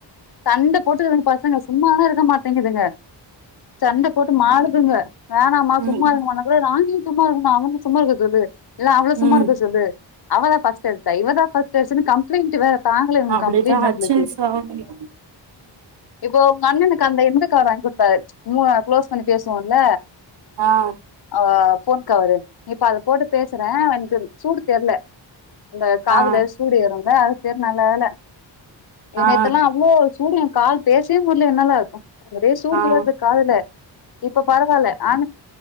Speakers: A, on the left (about 55°); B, on the right (about 65°).
A: சண்ட போட்டு பசக சும்மா வே இருக்க மாட்டேங்குதுங்க சண்ட போட்டு மாலதுங்க வேணாமா
B: ம்
A: சும்மா இருகமா மா கூட நானி சும்மா இருகமா அவன சும்மா இருக்க சொல்லு எல்லா அவள சும்மா
B: ம்
A: இருக்க சொல்லு அவத ஃபஸ்ட் அடிசா இவாதா ஃபஸ்ட் அடிசானு கம்ளைன்ட் வேற தாகள இவக
B: அப்படிதா
A: கம்ளைண்ட் நம்மளுகு
B: அச்சுன்னு சாவுதுங்க
A: இப்போ உங்க அண்ணனுக்கு அந்த எந்த கார் வாங்கி கொடுத்தரு மூ க்ளோஸ் பண்ணி பேசுவோல
B: ஆ
A: ஆ போன் கவரு இப்ப அத போட்டு பேசுறே எனகு சூடு தெரியல அந்த காதுல
B: ஆ
A: சூடு ஏறு இல்ல அது பேர் நல்ல வேல இ
B: ஆ
A: நெத்தெலா அவ்ளோ சூடு எ காதுல பேசவே முடியல எனலா சூடு
B: ஆ
A: ஏது காதுல இப்ப பரவாயில ஆன